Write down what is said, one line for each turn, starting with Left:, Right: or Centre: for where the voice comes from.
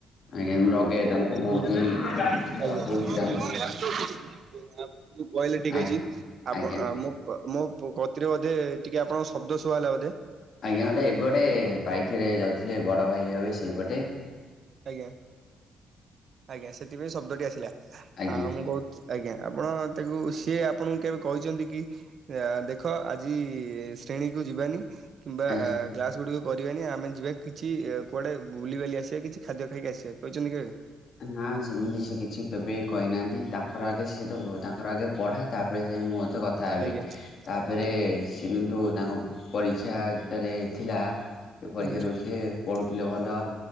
Left: ଆଜ୍ଞା ମୁଁ ରଗାଏ ତାଙ୍କୁ ବହୁତ
Right: ହୁଁ
Left: ହିଁ ରଗଉଛି ତାଙ୍କୁ
Right: ଆଜ୍ଞା। ଆପଣ ଯୋଉ କହିଲେ ଠିକ୍
Left: ଆଜ୍ଞା
Right: ଅଛି ଆପଣ
Left: ଆଜ୍ଞା
Right: ମୁଁ ମୁଁ ମୋ କତିରେ ବୋଧେ ଟିକେ ଆପଣଙ୍କ ଶବ୍ଦ ଶୁଭାଗଲା ବୋଧେ
Left: ଆଜ୍ଞା ଗୋଟେ ଏପଟେ ବାଇକ୍ ରେ ଯାଉଥିଲେ ବଡ଼ ଭାଇ ହେବେ ସେଇ ପଟେ।
Right: ଆଜ୍ଞା ଆଜ୍ଞା ସେଥିପାଇଁ ଶବ୍ଦଟି ଆସିଲା
Left: ଆଜ୍ଞା
Right: ଆଉ ମୁଁ କହୁଥି ଆଜ୍ଞା ଆପଣ ତାକୁ ସିଏ ଆପଣଙ୍କୁ କେବେ କହିଚନ୍ତି କି ଦେଖ ଆଜି ଶ୍ରେଣୀକୁ ଯିବାନି। କିମ୍ବା
Left: ଆଜ୍ଞା।
Right: କ୍ଲାସ ଗୁଡିକ କରିବାନି ଆମେ ଯିବା କିଛି କୁଆଡେ ବୁଲିିବାଲି ଆସିବା କିଛି? ଖାଦ୍ୟ ଖାଇକି ଆସିବା କହିଚନ୍ତି କେବେ?
Left: ନା ସେମିତି ସି କିଛି କେବେ କହିନାହାନ୍ତି ତାଙ୍କର ଆଗେ ସିଏ ତ ତାଙ୍କର ଆଗେ ପଢା ତାପରେ ସେ ମୋ କଥା ହେବେ।
Right: ଆଜ୍ଞା
Left: ତାପରେ
Right: ଆଜ୍ଞା
Left: ସେ କିନ୍ତୁ ତାଙ୍କ ପରୀକ୍ଷା ଯେତେବେଳେ ଥିଲା ସେ ପରୀକ୍ଷା
Right: ହୁଁ
Left: ଦେଉଥିଲେ ପଢ଼ୁଥିଲେ ଭଲ।